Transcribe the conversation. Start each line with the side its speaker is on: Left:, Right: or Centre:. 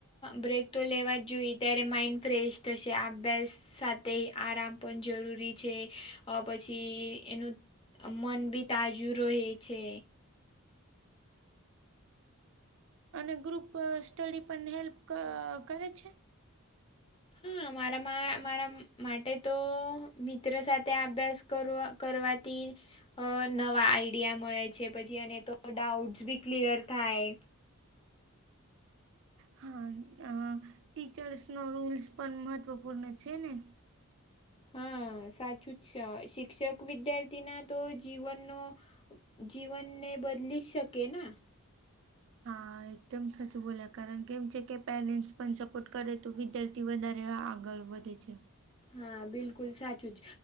Left: બ્રેક તો લેવા જ જોઈએ ત્યારે માઇન્ડ ફ્રેશ થશે અભ્યાસ સાથે તે આરામ પણ જરૂરી છે. પછી એનું મન બી તાજું રહે છે.
Right: અને ગ્રુપ સ્ટડી પણ હેલ્પ કરે છે?
Left: હા મારા મારા માટે તો મિત્ર સાથે અભ્યાસ કરવો કરવાથી. નવા આઈડિયા મળે છે પછી અને તો ડાઉટ્સ બી ક્લિયર થાય.
Right: હા ટીચર્સનો રૂલ્સ પણ મહત્વપૂર્ણ છે ને.
Left: હા સાચું જ છે શિક્ષક વિદ્યાર્થી ના તો જીવનનો જીવનને બદલી શકે ના.
Right: હા એકદમ સાચું બોલ કારણ કે જે કે પેરેન્ટ્સ પણ સપોર્ટ કરે તો વિદારથી વધારે આગળ વધે છે.
Left: હા બિલકુલ સાચું જ,